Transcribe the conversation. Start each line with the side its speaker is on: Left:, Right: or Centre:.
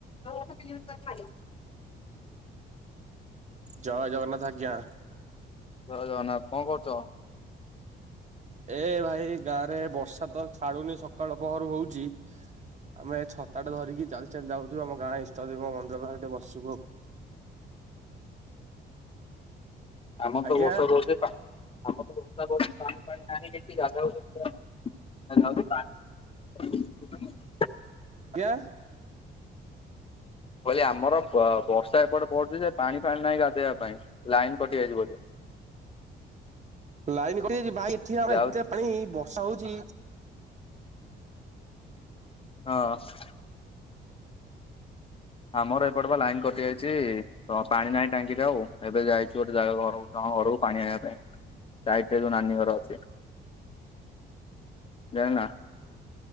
Left: ହଁ ବସ ତିନ ଜଣ <unintelligible>
Right: ଜୟ ଜଗନ୍ନାଥ ଆଜ୍ଞା।
Left: ଜୟ ଜଗନ୍ନାଥ କଣ କରୁଚ?
Right: ଏ ଭାଇ ଏ ଗାଁରେ ବର୍ଷା ତ ଛାଡୁନି ସକାଳ ପହରୁ ହୋଉଚି ଆମେ ଛତାଟେ ଧରିକି ଚାଲି ଚାଲି ଯାଉଚୁ ଆମ ଗାଁ ଇଷ୍ଟ ଦେବ ମନ୍ଦିର ପାଖରେ ଟିକ ବସିବୁ ଆଉ।
Left: ଆମର
Right: ଆଜ୍ଞା
Left: ତ ବର୍ଷା ରହୁଚି ଏ ପା ଆମର ତ ବର୍ଷା କରୁଚି ପାଣି ଫାଣି ନାହିଁ କେମତି ଗାଧା ଗୁଧି <unintelligible> ପା ହ
Right: ଜ୍ଞା
Left: ମୁଁ କହିଲି ଆମର ବ ବର୍ଷା ଏପଟେ ପଡୁଚି ଯେ ପାଣି ଫାଣି ନାହିଁ ଗାଧେଇବା ପାଇଁ ଲାଇନ କଟି ଯାଇଚି ବୋଲି।
Right: ଲାଇନ କଟିଯାଇଚି ଭାଇ ଏଠି ଆମେ
Left: ଯାଉ
Right: ଏତେ ପାଣି ବର୍ଷା ହୋଉଚି।
Left: ହଁ। ଆମର ଏପଟେ ପା ଲାଇନ କଟିଯାଇଚି। ହଁ ପାଣି ନାହିଁ ଟାଙ୍କିରେ ଆଉ ଏବେ ଯାଇଛୁ ଗୋଟେ ଜାଗାକୁ ଘରକୁ କଣ ଘରକୁ ପାଣି ଆଣିବା ପାଇଁ। ସାଇଟରେ ଯୋଉ ନାନୀ ଘର ଅଛି ଜାଣିନ।